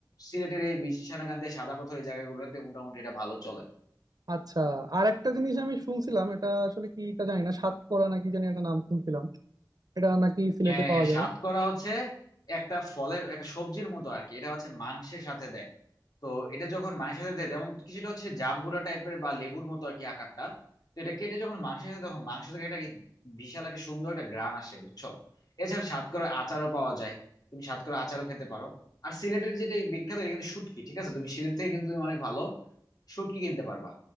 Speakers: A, on the left; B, on the right.
A: সিলেটের এই বিছনাকান্দি সাদা পাথর এই জায়গাগুলোতে মোটামুটি এটা ভালো চলে
B: আচ্ছা আর একটা জিনিস আমি শুনছিলাম এটা আসলে কি তা জানি না সাতকরা নাকি জানি একটা নাম শুনছিলাম এটা নাকি সিলেটে
A: হ্যাঁ
B: পাওয়া
A: হ্যাঁ
B: যায়
A: সাতকরা হচ্ছে একটা ফলের একটা সবজির মতো আর কি এটা হচ্ছে মাংসের সাথে দেয় তো এটা যখন মাংসের সাথে দেয় যেমন কিছুটা হচ্ছে জাম্বুরা টাইপের বা লেবুর মতো আর কি আকারটা তো এটা কেটে যখন মাংসের সাথে তখন মাংস থেকে একটা কি- বিশাল একটা সুন্দর একটা গ্রান আসে বুঝছো এছাড়া সাতকরা আচারও পাওয়া যায় তুমি সাতকরা আচারও খেতে পারো আর সিলেটের যেটা এই বিখ্যাত এটা কিন্তু শুটকি ঠিক আছে তুমি সিলেট থেকে কিন্তু তুমি অনেক ভালো শুটকি কিনতে পারবা